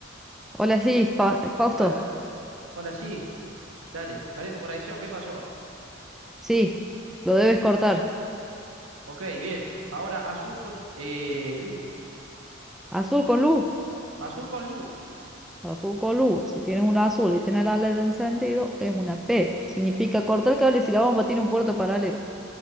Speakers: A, in the centre; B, on the right.
A: Hola, sí, Fa- Fausto.
B: Hola, s- hola, sí. Dale, perdimos conexión. ¿Qué pasó?
A: Sí, lo debes cortar.
B: Ok, bien. Ahora azul con eh, Lu.
A: Azul con luz,
B: Azul con Lu.
A: azul con luz. Si tienes una azul y tienes la LED encendido, es una P. Significa cortar el cable si la bomba tiene un puerto paralelo.